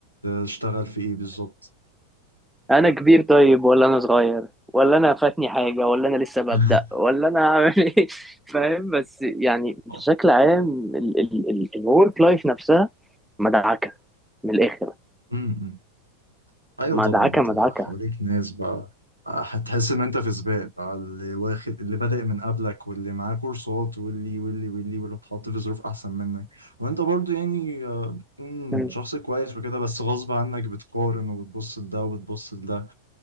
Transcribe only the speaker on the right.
تشتغل في إيه بالظبط
<laughs>
آه.
م- م. ايوه
طبعا انت
حواليك ناس بقى هتحس ان انت في سباق بقى اللي واخد اللي بادئ من قبلك واللي معاه كورسات واللي واللي واللي واللي اتحط في ظروف احسن منك وانت برضو يعني آه، بتكون
شخص كويس وكده بس غصب عنك بتقارن وبتبص لده وبتبص لده